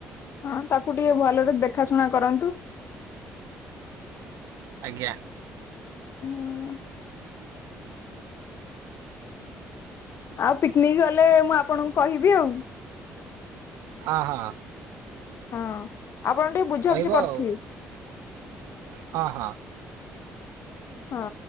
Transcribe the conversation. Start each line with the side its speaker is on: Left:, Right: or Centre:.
Left: ହଁ ତାକୁ ଟିକେ ଭଲରେ ଦେଖା ଶୁଣା କରନ୍ତୁ।
Right: ଆଜ୍ଞା।
Left: ହୁଁ। ଆଉ ପିକନିକ ଗଲେ ମୁଁ ଆପଣଙ୍କୁ କହିବି ଆଉ।
Right: ହଁ ହଁ।
Left: ହଁ ଆପଣ ଟିକେ ବୁଝାବୁଝି
Right: କହିବ
Left: କରିଥିବେ
Right: ଆଉ, ହଁ ହଁ।
Left: ହଁ।